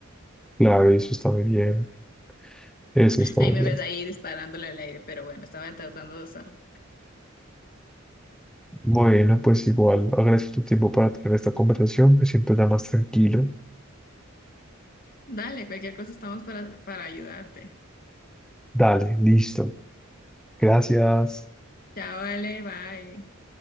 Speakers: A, in the centre; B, on the left.
A: Claro, eso está muy bien. Eso está
B: Ahí
A: muy
B: me
A: bien.
B: ves ahí disparándole al aire, pero bueno, estaba tratando de usarlo.
A: Bueno, pues igual agradezco tu tiempo para tener esta conversación. Me siento ya más tranquilo.
B: Dale, cualquier cosa estamos para, para ayudarte.
A: Dale, listo. Gracias.
B: Chao, vale, bye.